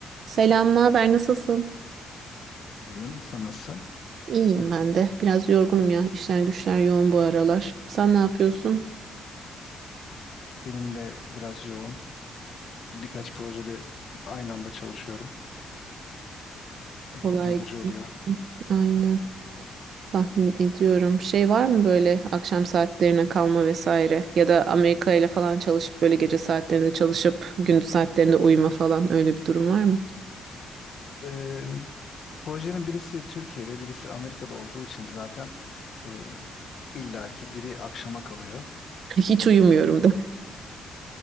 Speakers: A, on the right; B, on the left.
A: Selam, ne haber? Nasılsın?
B: İyiyim. Sen nasılsın?
A: İyiyim ben de. Biraz yorgunum ya. İşler güçler yoğun bu aralar. Sen ne yapıyorsun?
B: Benim de biraz yoğun. Birkaç projede aynı anda çalışıyorum. E,
A: Kolay
B: yorucu
A: gelsin.
B: oluyor.
A: Aynen. Tahmin ediyorum. Şey var mı böyle akşam saatlerine kalma vesaire? Ya da Amerika ile falan çalışıp böyle gece saatlerinde çalışıp gündüz saatlerinde uyuma falan öyle bir durum var mı?
B: E, projenin birisi Türkiye'de, birisi Amerika'da olduğu için zaten e, illaki biri akşama kalıyor.
A: <laughs> Hiç uyumuyorum
B: Bir-
A: da.